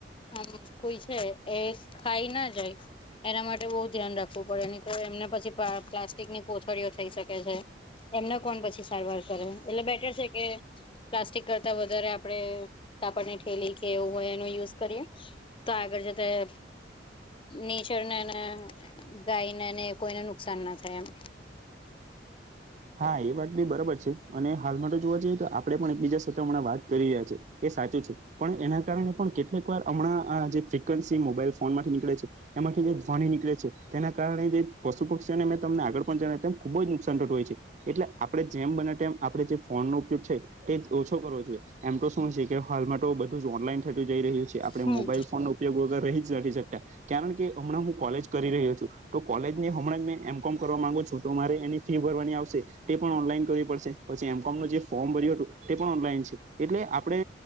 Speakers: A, on the left (about 30°); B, on the right (about 40°).
A: આમ કોઈ છે એ ખાઈ ના જાય એના માટે બહુ ધ્યાન રાખવું પડે નહી તો એમને પછી પ્લાસ્ટિકની કોથળીઓ થઈ શકે છે એમને કોણ પછી સારવાર કરે એટલે બેટર છે કે પ્લાસ્ટિક કરતાં વધારે આપડે કાપડની ઠેલી કે એવું હોય એનો યુઝ કરીએ તો આગળ જતા નેચર ને ગાયને ને કોઈને નુકસાન ના થાય એમ
B: હા એ વાત બી બરાબર છે અને હાલ માટે તો જોવા જઈએ તો આપડણે પણ એકબીજા સાથે હમણાં વાત કરી રહ્યા છે એ સાચું છે પણ એના કારણે પણ કેટલીક વાર હમણાં આ જે ફ્રિકવન્સી મોબાઈલ ફોન મા થી નીકળે છે એમાંથી જે સોણી નીકળે છે તેના કારણે જે પશુ પક્ષીઓને તમને આગળ પણ જ તેમ ખુબ જ નુકસાન થતું હોય છે એટલે આપડણે જેમ બનેમ આપણેે જે ફોન નો ઉપયોગ છે. તે ઓછો કરવો જોઈએ એમ તો શું છે કે હાલમાં તો બધું જ ઓનલાઈન થતું જઈ રહ્યું છે. આપણે
A: હમ
B: મોબાઈલ ફોન નો ઉપયોગ વગર રહી નથી કારણ કે હમણાં હું કોલેજ કરી રહ્યો છું, તો કોલેજને હ કોમ કરવા માંગો છું તો મારે એની ફી ભરવાની આવશે. તે પણ ઓનલાઈન કરવી પડશે પછી એમ કોમનું જે ફોર્મ ભર્યું હતું તે પણ ઓનલાઈન છે, એટલે આપણે